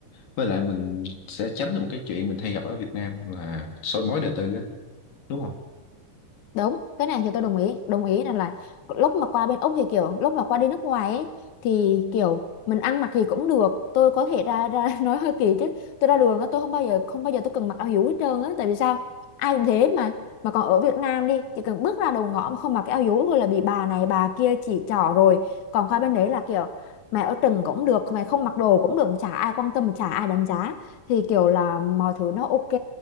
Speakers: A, on the left (about 85°); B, on the left (about 65°).
A: với lại mình sẽ tránh được một cái chuyện mình hay gặp ở Việt Nam là soi mói đời tư á đúng không
B: đúng cái này thì tôi đồng ý đồng ý rằng là lúc mà qua bên Úc thì kiểu lúc mà qua đi nước ngoài ấy, thì kiểu mình ăn mặc gì cũng được tôi có thể ra ra <laughs> nói hơi kỳ chứ tôi ra đường á tôi không bao giờ không bao giờ tôi cần mặc áo hiếu hết trơn á tại vì sao ai cũng thế mà mà còn ở Việt Nam đi chỉ cần bước ra đầu ngõ mà không mặc cái áo hiếu thôi là bị bà này bà kia chỉ trỏ rồi còn qua bên đấy là kiểu mày ở trần cũng được mày không mặc đồ cũng được chả ai quan tâm chả ai đánh giá thì kiểu là mọi thứ nó ok